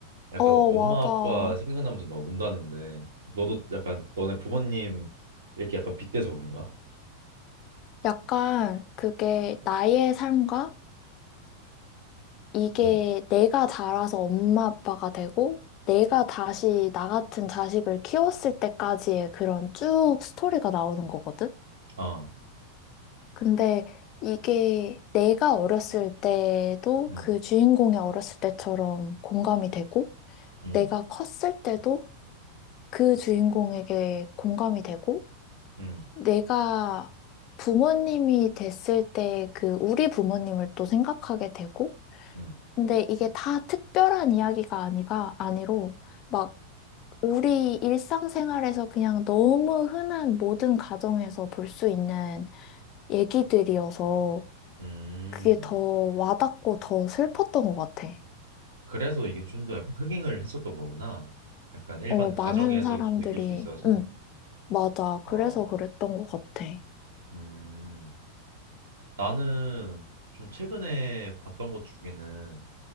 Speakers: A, on the right; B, on the left.
A: 약간
B: 어,
A: 엄마
B: 맞아.
A: 아빠 생각나면서 막 운다는데 너도 약간 너네 부모님 이렇게 약간 빗대서 운 거야?
B: 약간 그게 나의 삶과 이게
A: 응.
B: 내가 자라서 엄마 아빠가 되고 내가 다시 나 같은 자식을 키웠을 때까지의 그런 쭉 스토리가 나오는 거거든?
A: 아.
B: 근데 이게 내가 어렸을 때도
A: 응.
B: 그 주인공이 어렸을 때처럼 공감이 되고
A: 응.
B: 내가 컸을 때도 그 주인공에게 공감이 되고,
A: 응.
B: 내가 부모님이 됐을 때 그 우리 부모님을 또 생각하게 되고,
A: 응.
B: 근데 이게 다 특별한 이야기가 아니가 아니로, 막 우리 일상생활에서 그냥 너무 흔한 모든 가정에서 볼 수 있는 얘기들이어서
A: 음.
B: 그게 더 와닿고 더 슬펐던 것 같아.
A: 그래서 이게 좀 더 약간 흥행을 했었던 거구나. 약간 일반
B: 어, 많은
A: 가정에서
B: 사람들이,
A: 좀 느낄 수 있어서.
B: 응, 맞아.
A: 아.
B: 그래서 그랬던 것 같아.
A: 음. 나는 좀 최근에 봤던 것 중에는